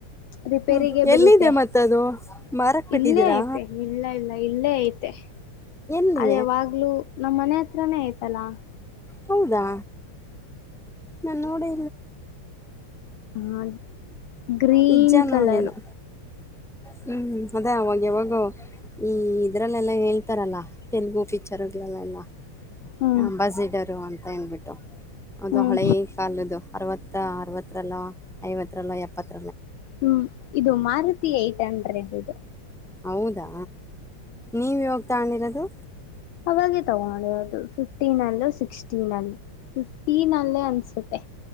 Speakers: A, on the left; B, in the centre.
A: ರಿಪೇರಿಗೆ
B: ಹ್ಮ್ ಎಲ್ಲಿದೆ
A: ಬರುತ್ತೆ
B: ಮತ್ತದು ಮಾರಕ್ ಬಿಟ್ಟಿದ್ದೀರಾ
A: ಇಲ್ಲೇ ಐತೆ ಇಲ್ಲ ಇಲ್ಲ ಇಲ್ಲೇ ಐತೆ
B: ಎಲ್ಲಿ
A: ಅದ ಯಾವಾಗ್ಲುೂ ನಮ್ಮ ಮನೆ ಹತ್ರಾನೇ ಆಯ್ತಲ್ಲ
B: ಹೌದಾ ನಾನ್ ನೋಡಿ
A: ಹ ಗ್ರೀನ್
B: ನಿಜ
A: ಕಲರ್
B: ನೋಡೇನು ಹ್ಮ್ ಅದೇ ಅವಾಗ ಯಾವಾಗ ಈ ಇದ್ರಲ್ಲೆಲ್ಲಾ ಹೇಳ್ತ ತರಲ್ಲ ತೆಲುಗು ಪಿಕ್ಚರ್ಗಳೆಲ್ಲ
A: ಹ್ಮ್
B: ಅಂಬಾಸಿಟರ್ ಅಂತ ಹೇಳಬಿಟ್ಟು ಅದು
A: ಹ್ಮ್
B: ಹಳೆ ಕಾಲದು ಅರವತ್ತ ಅರವತ್ರಲ್ಲ ಐವತ್ರರಲ್ಲ ಎಪ್ಪತ್ತ
A: ಹ್ಮ್ ಇದು ಮಾರುತಿ ಏಟ್ ಹಂಡ್ರೆಡ್ ಇದು
B: ಹೌದಾ ನೀವ ಯಾವಾಗ ತೊಗೊಂಡಿರೋದು
A: ಆವಾಗೆ ತಗೊಂಡಿರೋದು ಫಿಫ್ಟೀನ್ ಅಲ್ಲೋ ಸಿಕ್ಸ್ಟೀನ್ ಅಲ್ಲಿ ಫಿಫ್ಟೀನ್ ಅಲ್ಲೇ ಅನ್ಸುತ್ತೆ